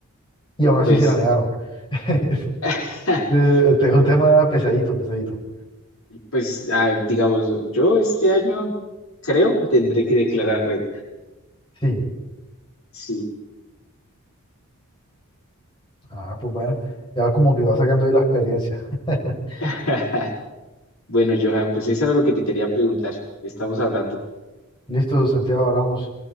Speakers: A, on the left; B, on the left.
A: Y aún así
B: pues,
A: se la negaron. <laughs>
B: <laughs>
A: Te- Tengo un tema pesadito, pesadito.
B: pues, ah, digamos, yo este año creo que tendré que declarar renta.
A: Sí,
B: Sí.
A: ah, pues bueno, ya como que va sacando ahí la experiencia. <laughs>
B: <laughs> Bueno, Johan, pues eso era lo que te quería preguntar. Estamos hablando.
A: Listo, Santiago, hablamos.